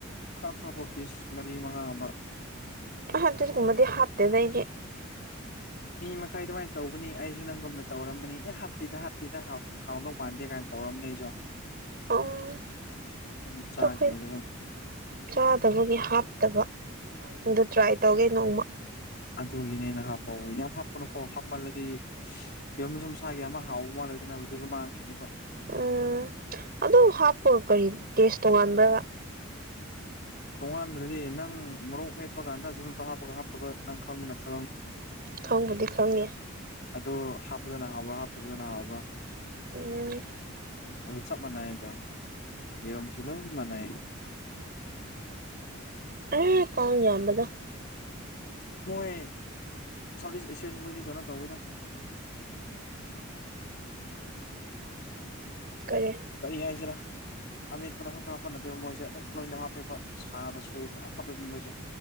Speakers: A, on the left; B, on the right.
A: ꯈꯔ ꯊꯥꯄ ꯄꯤꯁ ꯃꯔꯤ ꯃꯉꯥ ꯑꯃ
B: ꯑꯗꯨꯒꯨꯃꯕꯗꯤ ꯍꯞꯇꯦꯗꯥ ꯑꯩꯗꯤ
A: ꯃꯤ ꯃꯈꯥꯏ ꯑꯗꯨꯃꯥꯏꯅ ꯇꯧꯕꯅꯤ ꯑꯩꯁꯨ ꯅꯪꯒꯨꯝꯅ ꯇꯧꯔꯝꯕꯅꯤ ꯑꯦ ꯍꯥꯞꯇꯤꯗ ꯍꯥꯞꯇꯤꯗ ꯍꯥꯎꯗꯧ ꯃꯥꯟꯗꯦ ꯀꯥꯏꯅ ꯇꯧꯔꯝꯅꯦ ꯑꯩꯁꯨ
B: ꯎꯝ
A: ꯎꯝ ꯆꯥꯈꯤꯕꯗ
B: ꯑꯩꯈꯣꯏ
A: ꯑꯗꯨꯝ
B: ꯆꯥꯗꯕꯒꯤ ꯍꯥꯞꯇꯕ ꯑꯗꯨ ꯇ꯭ꯔꯥꯏ ꯇꯧꯒꯦ ꯅꯣꯡꯃ
A: ꯑꯗꯨꯒꯤꯅꯦꯅ ꯍꯥꯞꯄꯑꯣ ꯌꯥꯝ ꯍꯥꯞꯀꯅꯨꯀꯣ ꯍꯥꯞꯃꯜꯂꯗꯤ ꯌꯦꯔꯨꯝꯁꯨ ꯃꯁꯥꯒꯤ ꯑꯃ ꯍꯥꯎꯕ ꯃꯥꯜꯂꯗꯅ ꯃꯗꯨꯁꯨ ꯃꯥꯡꯈꯤꯅꯦꯕ
B: ꯎꯝ ꯑꯗꯨ ꯍꯥꯞꯄꯒ ꯀꯔꯤ ꯇꯦꯁ ꯇꯣꯉꯥꯟꯕ꯭ꯔ
A: ꯇꯣꯡꯉꯥꯟꯗ꯭ꯔꯗꯤ ꯅꯪ ꯃꯔꯣꯛ ꯃꯦꯠꯄꯀꯟꯗ ꯌꯦꯔꯨꯝ ꯇꯥꯪ ꯍꯥꯞꯄꯒ ꯍꯥꯞꯇꯕ ꯅꯪ ꯈꯪꯕ ꯅꯠꯇꯦ
B: ꯈꯪꯕꯨꯗꯤ ꯈꯪꯉꯦ
A: ꯑꯗꯨ ꯍꯥꯞꯄꯗꯅ ꯍꯥꯎꯕ꯭ꯔꯥ ꯍꯥꯞꯇꯕꯗꯅ ꯍꯥꯎꯕ꯭ꯔꯥ
B: ꯎꯝ
A: ꯑꯣ ꯆꯞ ꯃꯥꯟꯅꯩꯗꯣ ꯌꯦꯔꯣꯝꯁꯨ ꯑꯗꯨꯝ ꯃꯥꯟꯅꯩ
B: ꯑ ꯄꯥꯡ ꯌꯥꯝꯕꯗꯣ
A: ꯃꯣꯏ ꯁꯥꯎꯠ ꯏꯁ ꯑꯦꯁꯤꯌꯥꯟ ꯈꯣꯏꯗꯤ ꯀꯩꯅꯣ ꯇꯧꯋꯤꯗ ꯎꯝ
B: ꯀꯔꯦ
A: ꯀꯔꯤ ꯍꯥꯏꯁꯤꯔꯥ ꯑꯃꯦꯠꯄꯗ ꯈꯛꯇꯪ ꯍꯥꯞꯄ ꯅꯠꯇꯦꯕ ꯃꯣꯏꯁꯦ ꯑꯗꯨꯝ ꯂꯣꯏꯅ ꯍꯥꯞꯄꯦꯕ ꯁꯥꯗꯁꯨ ꯄꯨꯔꯥ ꯑꯐꯕꯦ ꯃꯤ ꯃꯣꯏꯁꯦ